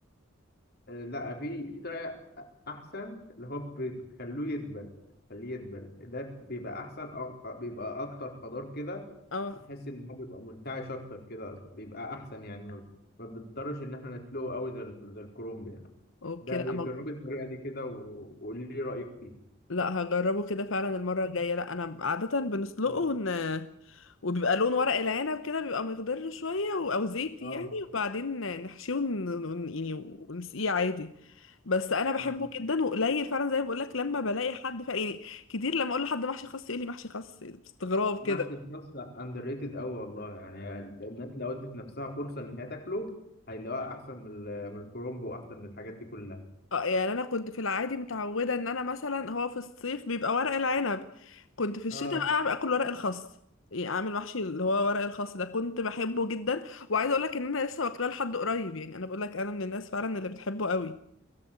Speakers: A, on the left; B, on the left.
A: آه، لا في في طريقة أحسن اللي هو ب- بتخلوه يدبل خليه يدبل ده بيبقى أحسن أك- بيبقى أكتر خضار كده
B: اه
A: وتحس إن هو بيبقى منتعش أكتر كده بيبقى أحسن يعني ما ما بنضطرش إن إحنا نسلقه أوي زي ال- زي الكرنب يعني
B: اوكي
A: ده
B: لا
A: بيجربي الطريقة دي كده و- وقولي لي رأيك فيها
B: لا هجربه كده فعلا المرة الجاية لا أنا عادة بنسلقه
A: مم.
B: ون... وبيبقى لون ورق العنب كده بيبقى مخضر شوية و... أو زيتي
A: اه
B: يعني وبعدين نحشيه ون... ون... يعني ونسقيه عادي بس أنا بحبه
A: اه
B: جدا وقليل فعلا زي ما بقولك لما بلاقي حد فعلا يعني كتير لما أقول لحد محشي خاص يقول لي محشي خاص باستغراب
A: محشي
B: كده
A: الكبسة اندر ريتد قوي والله يعني الناس لو ادت نفسها فرصة ان هي تاكله هيلاقوها احسن من ال- من الكرومب واحسن من الحاجات دي كلها
B: اه يعني انا كنت في العادي متعوده ان انا مثلا هو في الصيف بيبقى ورق العنب كنت في الشتاء
A: اه
B: بقى اكل ورق الخاص يعني اعمل محشي اللي هو ورق الخاص ده كنت بحبه جدا وعايزه اقول لك ان انا لسه واكلاه لحد قريب يعني انا بقول لك انا من الناس فعلا اللي بتحبه قوي